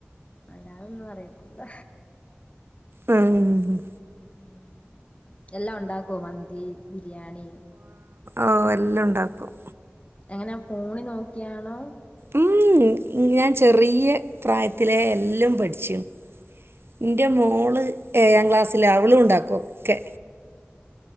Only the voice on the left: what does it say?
അല്ലാതൊന്നും അറിയത്തില്ല
ഉം എല്ലാം ഒണ്ടാക്കോ മന്തി ബിരിയാണി
എങ്ങനെയ ഫോണി നോക്കിയാണോ